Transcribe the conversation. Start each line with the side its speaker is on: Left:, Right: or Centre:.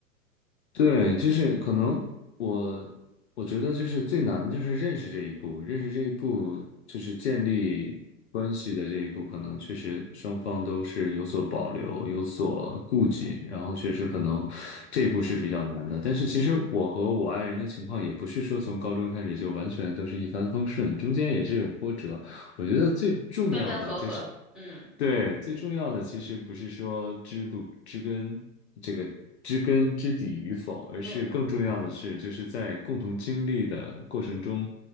Left: 对，就是可能我我觉得就是最难的就是认识这一步，认识这一步就是建立关系的这一步，可能确实双方都是有所保留、有所顾忌，然后确实可能这一步是比较难的。但是其实我和我爱人的情况也不是说从高中开始就完全都是一帆风顺，中间也是有波折。我觉得最重要的就是。
Centre: 分分合合，嗯。
Left: 对，最重要的其实不是说知不知根这个知根知底与否，而是更重要的是，
Centre: 嗯，
Left: 就是在共同经历的过程中，